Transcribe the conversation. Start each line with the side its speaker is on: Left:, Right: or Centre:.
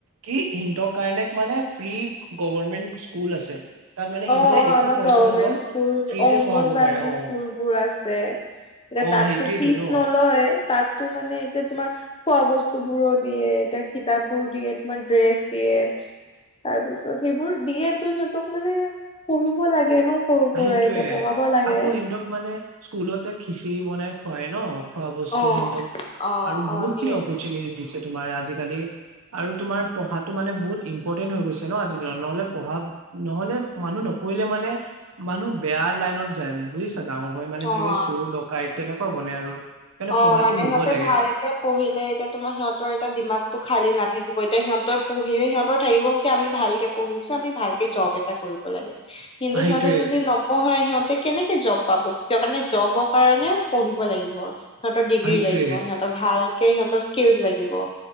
Right: কি সিহতৰ কাৰণে মানে ফ্ৰী গভমেন্ট স্কুল আছে। তাত মানে সিহঁতে
Left: অ অ
Right: একো
Left: আমাৰ
Right: পইচা
Left: গভমেন্ট
Right: নলয়
Left: স্কুল
Right: ফ্ৰীতে
Left: অংগনবানাদী
Right: পঢ়াব পাৰে অ
Left: স্কুল বোৰ আছে। এ
Right: অ
Left: তাততো
Right: সেইটোয়েতো
Left: ফিচ
Right: ন
Left: নলয় তাত। টো মানে এতিয়া তোমাৰ খোৱা বস্তু বোৰো দিয়ে এতিয়া কিতাপ বোৰ দিয়ে তোমাৰ ড্ৰেছ দিয়ে। তাৰ পিছত সেইবোৰ দিয়ে তো সিহঁতক মানে পঢ়িব লাগে ন। সৰু
Right: সেইটোয়ে
Left: পৰাই এতিয়া পঢ়াব লাগে।
Right: আকৌ সিহতক মানে স্কুলতে খিচিৰি বনাই খোৱাই ন। খোৱা বস্তু
Left: অ
Right: সিহতক
Left: অ
Right: আৰু
Left: অ
Right: বহুত
Left: দিয়ে
Right: খিনি অপৰচুনিটি
Left: দিয়ে
Right: দিছে তোমাৰ আজিকালি। আৰু তোমাৰ পঢ়াটো মানে বহুত ইম্পৰ্টেণ্ট হৈ গৈছে ন আজি দিনত নহলে পঢ়া নহলে মানুহ ন। পহিলে মানে। মানুহ বেয়া লাইনত যায় বুজিছা ডাঙৰ হৈ মানে যেনেকে
Left: অ
Right: চোৰ ডকাইট তেনেকুৱা বনে আৰু সেইকাৰণে
Left: অ
Right: পঢ়াটো
Left: মানে
Right: হ'ব
Left: সিহঁতে
Right: লাগে
Left: ভালকে পঢ়িলে এতিয়া তোমাৰ সিহঁতৰ এতিয়া দিমাগটো খালী নাথাকিব এতিয়া সিহঁত। সিহঁত পঢিলে সিহঁতৰ থাকিব কি আমি ভালকে পঢ়িছো আমি ভালকে জব এটা কৰিব লাগে। কিন্তু
Right: সেইটোয়ে
Left: সিহঁতে যদি নপঢ়াই সিহঁতে কেনেকে জব পাব। সিহতৰ কাৰণে জবৰ কাৰণে পঢ়িব লাগিব সিহঁতৰ ডিগ্ৰী
Right: সেইটোয়ে
Left: লাগিব সিহঁতৰ ভাল। কে সিহঁতৰ স্কিলচ লাগিব।